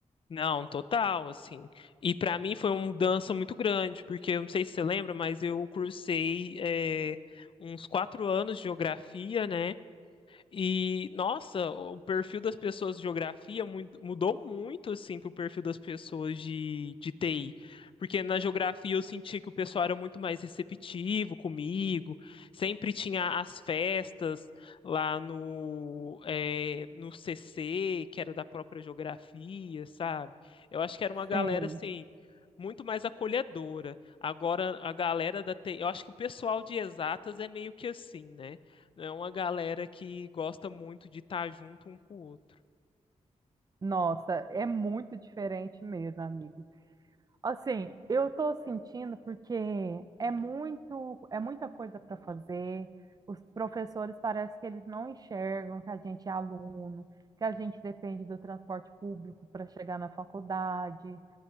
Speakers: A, on the left; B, on the right.
A: Não, total, assim. E pra mim foi uma mudança muito grande, porque eu não sei se você lembra, mas eu cursei é, uns quatro anos de geografia, né? E, nossa, o perfil das pessoas de geografia mui- mudou muito, assim, pro perfil das pessoas de, de TI. Porque na geografia eu senti que o pessoal era muito mais receptivo comigo, sempre tinha as festas lá no, eh, no CC, que era da própria geografia, sabe? Eu acho que era uma galera,
B: Sei.
A: assim, muito mais acolhedora. Agora, a galera da TI, eu acho que o pessoal de exatas é meio que assim, né? É uma galera que gosta muito de estar junto um com o outro.
B: Nossa, é muito diferente mesmo, amigo. Assim, eu tô sentindo porque é muito, é muita coisa para fazer. Os professores parece que eles não enxergam que a gente é aluno, que a gente depende do transporte público para chegar na faculdade.